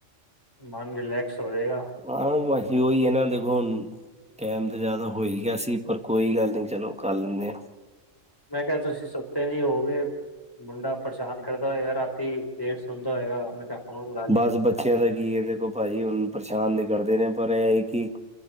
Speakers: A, on the left (about 15°); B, in the centre.
A: ਮਨ ਰਿਲੈਕਸ ਹੋ ਜੇਗਾ।
B: ਹਾਂ ਬਸ ਓਹੀ ਐ ਨਾ ਦੇਖੋ ਹੁਨ ਟੈਮ ਤੇ ਜਾਦਾ ਹੋ ਈ ਗੇਆ ਸੀ, ਪਰ ਕੋਈ ਗੱਲ ਨੀਂ ਚਲੋ ਕਰ ਲੈਂਨੇ।
A: ਮੈਂ ਕੇਆ ਤੁਸੀ ਸੁੱਤੇ ਨੀ ਹੋਗੇ। ਮੁੰਡਾ ਪਰੇਸ਼ਾਨ ਕਰਦਾ ਹੋਏਗਾ ਰਾਤੀ ਲੇਟ ਸੌਂਦਾ ਹੋਏਗਾ। ਫੋਨ ਲਾ ਲਈਏ
B: ਬਸ ਬੱਚੇਆਂ ਦਾ ਕੀ ਐ, ਦੇਖੋ ਭਾਜੀ ਹੁਨ ਪਰੇਸ਼ਾਨ ਤੇ ਕਰਦੇ ਨੇ, ਪਰ ਏ ਐ ਕਿ